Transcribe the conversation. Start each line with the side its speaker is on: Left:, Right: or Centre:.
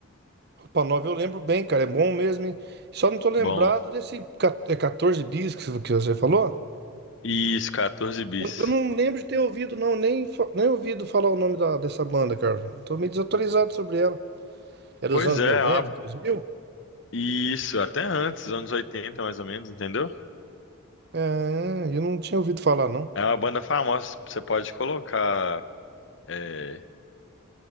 Right: roupa nova eu lembro bem, cara, é bom mesmo, hein? Só não tô lembrado
Left: Bom,
Right: desse ca- é 14 bis que você que você falou.
Left: isso, 14 bis.
Right: Eu, eu não lembro de ter ouvido, não, nem, fa- nem ouvido falar o nome da, dessa banda, cara. Tô meio desatualizado sobre ela. É dos
Left: Pois
Right: anos
Left: é,
Right: 90,
Left: é uma-
Right: 2000?
Left: isso, até antes, anos 80 mais ou menos, entendeu?
Right: É, eu não tinha ouvido falar, não.
Left: É uma banda famosa, você pode colocar. é,